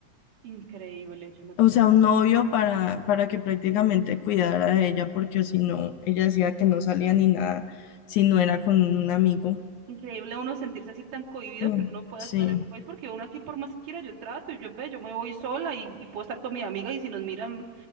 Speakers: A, on the right (about 75°); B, on the left (about 70°).
A: Increíble, yo no te-
B: O sea, un novio para, para que prácticamente cuidara de ella, porque si no, ella decía que no salía ni nada si no era con un amigo.
A: Increíble uno sentirse así tan cohibido
B: Mm,
A: que uno no pueda
B: sí,
A: estar en un país, porque uno aquí por más que quiera yo trato y yo ve, yo me voy sola y, y puedo estar con mi amiga y si nos miran